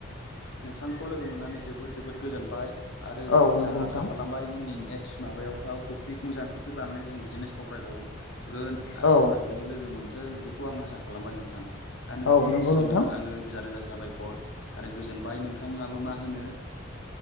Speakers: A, on the left; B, on the left.
A: नोंथांखौ लोगो मोननानै जोबोद जोबोद गोजोनबाय । आरो जाहाथे
B: औ नंगौ
A: आं
B: नोंथां
A: आसा खालामबाय उननि नेक माबायावथ' टपिक मोजां टपिक लानानै जों बिदिनो सावरायबावो गोन आरो
B: औ
A: सावरायबावनो लोगो मोन्थों बेखौ आं आसा खालामबाय नोंथां। दा नोंथांनिसिम
B: औ नंगौ नोंथां
A: आङो रोजा रोजा साबायखर आरो गोजोनबाय नोंथाङाबो मा होनो?